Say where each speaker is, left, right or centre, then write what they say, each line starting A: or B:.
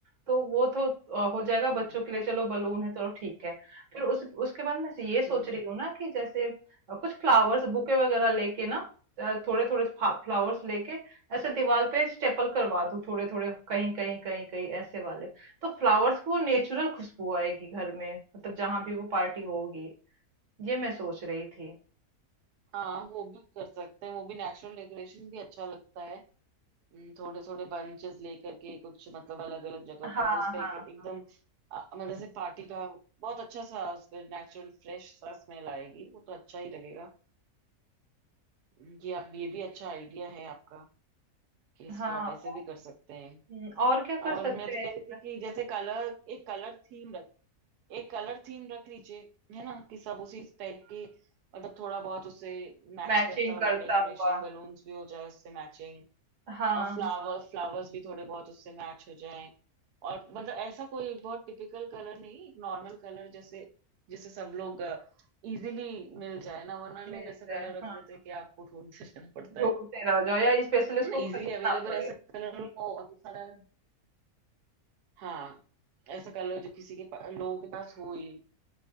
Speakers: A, on the right; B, on the right.
A: तो वो तो अ, हो जाएगा
B: हम्म
A: बच्चों के लिए चलो बलून है चलो ठीक है फिर उस उसके बाद मैं ये सोच
B: हम्म
A: रही हूँ ना कि जैसे अ, कुछ फ्लावर्स बुके वगैरह लेके ना अ, थोड़े थोड़े फ्लावर्स लेके ऐसे दीवार पे स्टेपल करवा दूं थोड़े थोड़े कहीं कहीं कहीं कहीं ऐसे वाले तो फ्लावर्स की वो नेचुरल खुशबू आएगी घर में मतलब जहां भी वो पार्टी होगी ये मैं सोच रही थी
B: हाँ वो भी कर सकते हैं वो भी नेचुरल डेकोरेशन भी अच्छा लगता है थोड़े थोड़े बंचेस लेकर के कुछ मतलब अलग अलग जगह
A: हाँ
B: पे तो उसका
A: हाँ
B: एक एकदम
A: हाँ
B: अ, मतलब से पार्टी का बहुत अच्छा सा उसमें नेचुरल फ्रेश सा स्मेल आएगी वो तो अच्छा ही लगेगा हम्म, ये आप ये भी अच्छा आइडिया है आपका कि इसको
A: हाँ
B: आप
A: और
B: ऐसे भी कर सकते हैं
A: हम्म, और क्या कर
B: और
A: सकते
B: मैं तो
A: हैं
B: कह
A: इसमें
B: रही थी कि जैसे कलर एक कलर थीम रख एक कलर थीम रख लीजिए है ना कि सब उसी टाइप की मतलब थोड़ा बहुत उसे मैच
A: मैचिंग
B: करता हुआ
A: करता
B: डेकोरेशन
A: हुआ
B: बलून्स भी हो जाए उससे मैचिंग
A: हाँ
B: और फ्लावर्स
A: हाँ
B: फ्लावर्स भी थोड़े बहुत उससे मैच हो जाएं और मतलब ऐसा कोई बहुत टिपिकल कलर नहीं एक नॉर्मल कलर जैसे जिसे सब लोग इजीली मिल जाए ना वरना लोग
A: मिल
B: ऐसा कलर
A: जाए
B: रख
A: हाँ
B: देते हैं कि आपको ढूंढते रहना पड़ता
A: ढूंढते
B: है
A: रह जाओ या स्पेशली इसको
B: ना इजीली
A: खरीदना
B: अवेलेबल
A: पड़े
B: ऐसा
A: हम्म
B: कलर हो और दूसरा रंग- हाँ ऐसा कलर जो किसी के पा- लोगों के पास हो ही